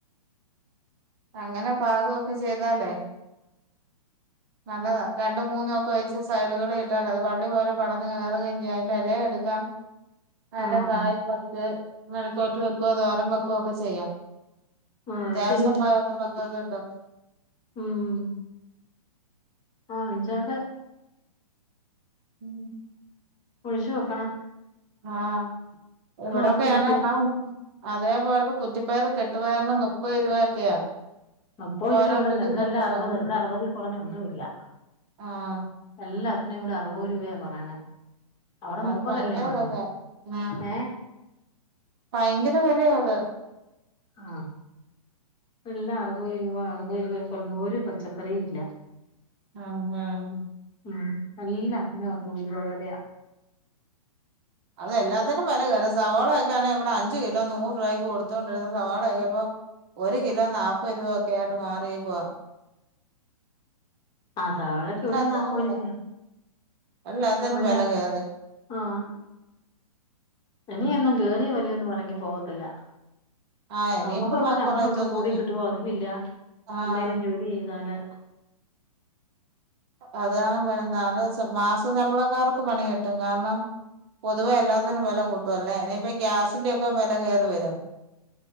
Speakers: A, on the right; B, on the left.
A: അങ്ങനെ പാകൊക്കെ ചെയ്താലേ. നല്ലതാ. രണ്ടും മൂന്നും ഒക്കെ വെച്ച് സൈഡുകൾ കിട്ടാൽ അത് വള്ളി പോലെ പടർന്ന് കയറുക അറെ ഇലയ എടുക്കാം നല്ല
B: ആഹ്
A: കായ കുറക്ക് നഴക്കോട്ട് വെക്കോ തോരം വെക്കോക്കെ ചെയ്യാം
B: ആഹ്
A: അത്യാവശ്യം
B: ശരിയാ
A: അതുണ്ടാ
B: ഉം ആ അച്ചാര്
A: ഉ
B: ഒഴിച്ചു വെക്കണം
A: ആഹ് <unintelligible> ഇവിടൊക്കെയാണ്
B: എന്നോർത്തിരിക്കുക
A: ആ അതേപോലെ കുറ്റിപ്പയർ കെട്ടുപയറിനൊക്കെ മുപ്പത് രൂപയൊക്കെയാ
B: മുപ്പത്
A: ഓരോ
B: രുപയൊള്ളല്ലേ
A: പിടി
B: ഇവിടെല്ല
A: കേട്ടല്ല
B: അറുപത് എവിടെ അറുപത് കുറഞ്ഞൊന്നും ഇല്ല
A: ആഹ്
B: എല്ലാത്തിനും ഇവിടെ അറുപത് രൂപയ പറയണെ അവിടെ
A: അത്
B: മുപ്പതല്ലേ
A: ഭയങ്കര
B: പറഞ്ഞ്
A: വിലയാ ആഹ്
B: ഏഹ്
A: ഭയങ്കര വിലയാ അത്
B: ആഹ് എല്ലാം അറുപത് രൂപ അറുപത് രൂപ കുറഞ്ഞ ഒരു പച്ചക്കറിയും ഇല്ല
A: ആഹ് ആഹ്
B: ഉം എല്ലാത്തിനും പറവതുരുവകഥയാ
A: അതെല്ലാത്തിനും പര ക സവാളയക്കെയാണ് ഇവിടെ അഞ്ചു കിലോ നൂറ് രൂപയ്ക്ക് കൊടുത്തോണ്ടിരുന്നത് സവാളയ ഒക്കെ ഇപ്പോ ഒരു കിലോ നാല്പ്ത് രൂപ ഒക്കെ ആയിട്ട് മാറിയേക്കുവ
B: ആ സവാളക്കെ
A: എല്ലാത്തിനും
B: ഇവിടെന്ന് നാപ്പതുരുയാ
A: എല്ലാത്തിനും
B: നല്ല
A: വില കയറി
B: ആഹ് ഇനി ഒന്നും കയറിയ വിലയൊന്നും ഇറങ്ങി പോകത്തില്ല
A: ആഹ് ഇനിയിപ്പം
B: നമ്മുക്ക് ഇപ്പൊ ശമ്പളം
A: കൊറയത്തൊന്നുല്ല
B: ഒട്ടും കൂടി കിട്ടുവോ അതുല്ല
A: ആഹ്
B: എന്തേലും ജോലി ചെയ്താല്
A: അതാണ്ത് മാസ ശമ്പളക്കാർക്ക് പണി കിട്ടും കിട്ടും കാരണം പൊതുവെ എല്ലാത്തിനും വില കൂട്ടും അല്ലേ ഇനിയിപ്പ ഗ്യാസിന്റെ ഒക്കെ വില കയറി വരും